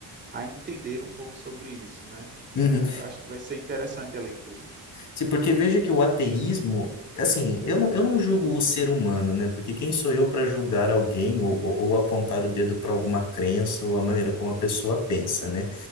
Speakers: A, on the right; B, on the left.
A: a entender um pouco sobre isso, né?
B: Uhum.
A: Ah, Acho que vai ser interessante a leitura.
B: Sim, porque veja que o ateísmo, assim, eu não, eu não julgo o ser humano, né? Porque quem sou eu para julgar alguém ou, ou, ou apontar o dedo para alguma crença ou a maneira como a pessoa pensa, né?